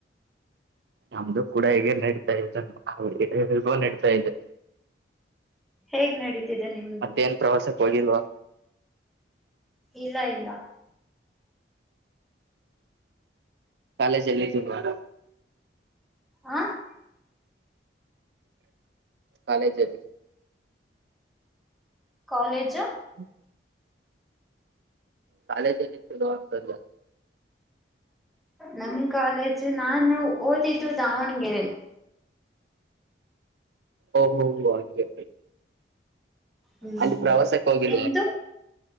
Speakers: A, on the right; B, in the centre.
A: ನಮ್ದು ಕೂಡ ಹೀಗೆ ನಡೀತಾ ಇದೆ ಅವ್ರಿಗ್ ಹೇಗ್ ಬೇಕೋ ಹಾಗ್ ನಡತಾ ಇದೆ.
B: ಹೇಗ್ ನಡೀತಿದೆ ನಿಮ್ದು
A: ಮತ್ತೇನ್ ಪ್ರವಾಸಕ್ಕ್ ಹೋಗಿಲ್ವಾ
B: ಇಲ್ಲ ಇಲ್ಲ
A: ಕಾಲೇಜಲ್ಲಿ <unintelligible>
B: ಆ <inaudible>
A: ಕಾಲೇಜಲ್ಲಿ
B: ಕಾಲೇಜ್
A: ಹ್ಮ ಕಾಲೇಜ ಎಲ್ಲಿರ್ತದೋ ಅಂತ ಅಂದ್ಯಾ
B: ನಮ್ ಕಾಲೇಜ್ ನಾನು ಓದಿದ್ದು ದಾವಣಗೆರೆಲಿ
A: ಓಹೋ ಹೋ ಹೋ ಹಂಗೆ
B: ಹ್ಮ್
A: ಅಲ್ಲಿ ಪ್ರವಾಸಕ್ಕೆ ಹೋಗಿಲ್ವ
B: ನಿಮ್ದು